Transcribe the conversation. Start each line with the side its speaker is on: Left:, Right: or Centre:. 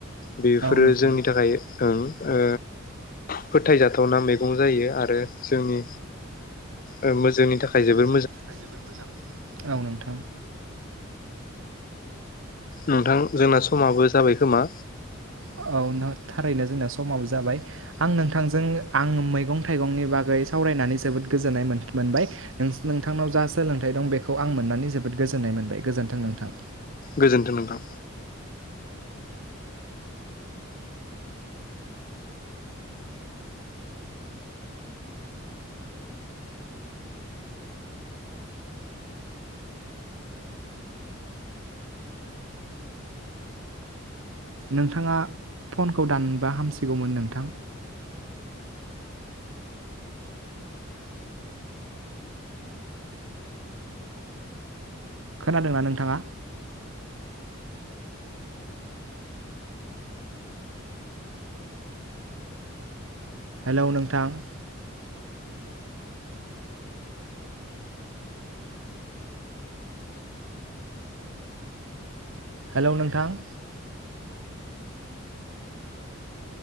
Left: बेफोरो
Right: औ नोंथां
Left: जोंनि थाखाय ओं ओ फोथायजाथावना मैगं जायो आरो जोंनि ओ मोजां जोंनि थाखाय जोबोर
Right: ओ जोंनि थाखाय जोबोद मोजां औ नोंथां।
Left: नोंथां जोंना समाबो जाबाय खोमा?
Right: औ नो थारैनो जोंना समाबो जाबाय आं नोंथांजों आं मैगं थाइगंनि बागै सावरायनानै जोबोद गोजोन्नाय मोन-मोनबाय नोंथांनाव जा सोलोंथाइ दं बेखौ आं मोननानै जोबोद गोजोननाय मोनबाय गोजोन्थों नों थां।
Left: गोजोनथों नोंथां।
Right: नोंथाङा फनखौ दानबा हामसिगौमोन नोंथां। खोनादोंना नोंथाङा? हेल' नोंथां। हेल' नोंथां।